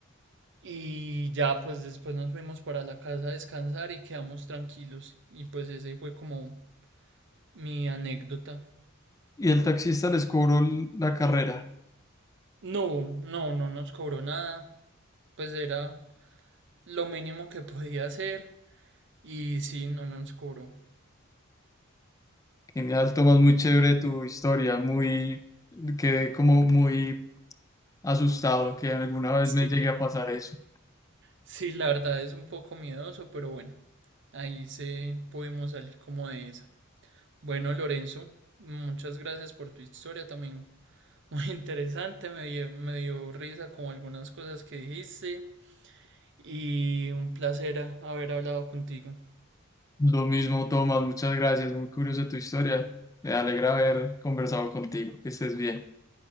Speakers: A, on the right; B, on the left.
A: y ya pues después nos fuimos para la casa a descansar y quedamos tranquilos y pues ese fue como mi anécdota.
B: Y el taxista les cobró l- la carrera.
A: No, no, no nos cobró nada, pues era lo mínimo que podía hacer y sí, no nos cobró.
B: Genial, Tomás, muy chévere tu historia, muy, quedé como muy asustado que alguna vez
A: Sí.
B: me llegue a pasar eso.
A: Sí, la verdad es un poco miedoso, pero bueno. Ahí se pudimos salir como de esa. Bueno, Lorenzo, muchas gracias por tu historia también. <laughs> Muy interesante, me dio, me dio risa con algunas cosas que dijiste y un placer a- haber hablado contigo.
B: Lo mismo, Tomás, muchas gracias. Muy curiosa tu historia. Me alegra haber conversado contigo. Que estés bien.